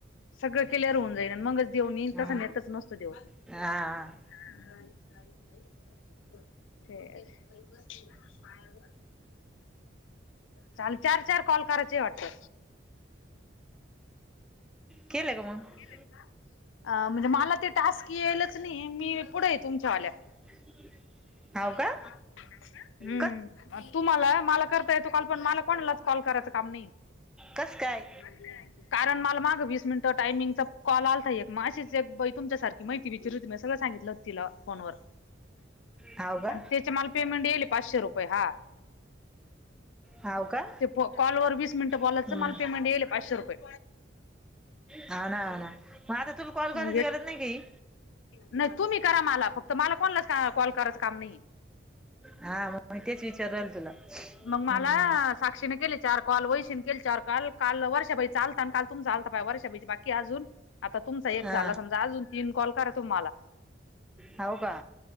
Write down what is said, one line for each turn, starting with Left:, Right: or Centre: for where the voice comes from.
Left: सगळं क्लियर होन जाईन, आणि मगच देव नेईन
Centre: हा
Left: तसा नेतच नसतो देव.
Centre: हा.
Left: <unintelligible> पायावर. चालं, चार -चार कॉल करायचे वाटतं?
Centre: केलं
Left: <unintelligible>
Centre: का मग
Left: अ म्हणजे मला ते टास्क येलचं नाही, मी पुढे तुमच्या वाल्या.
Centre: <inaudible>
Left: <unintelligible>
Centre: हाव का
Left: हम्म,
Centre: कस
Left: म तुम्हाला मला करता येतो कॉल पण मला कोणलाच कॉल करायचं काम नाही
Centre: कस काय
Left: ये. कारण मला मागं वीस मिनिट टायमिंगचा कॉल आलाता एक. म अशीच एक बाई तुमच्यासारखी माहिती विचारीत होती, म्या सगळं सांगितलं होतं तिला फोनवर.
Centre: हाव का
Left: आणि त्याच्या मला पेमेंट येलं ये पाचशे रुपये हा.
Centre: हाव का
Left: ते कॉल वर वीस मिनिट बोलायचं,
Centre: हम्म
Left: मला पेमेंट येलं ये पाचशे रुपये.
Centre: हाव ना हाव ना मग आता तुला कॉल करायची
Left: मग एक
Centre: गरज नाही का ही
Left: नाही तुम्ही करा मला फक्त मला कोणलाच कॉल करायच काम नाही ये.
Centre: हा म तेचं विचारु राहिले तुला,
Left: मग
Centre: हम्,
Left: मला साक्षीने केली चार कॉल, वैशीनं केली चार कॉल. काल वर्षा बाई चा आलता काल तुमचा आलता, वर्षा बाई चा बाकी अजून. आता तुमचा एक
Centre: हा
Left: झाला समजा, अजून तीन कॉल करा तुम्ही माला.
Centre: हाव का?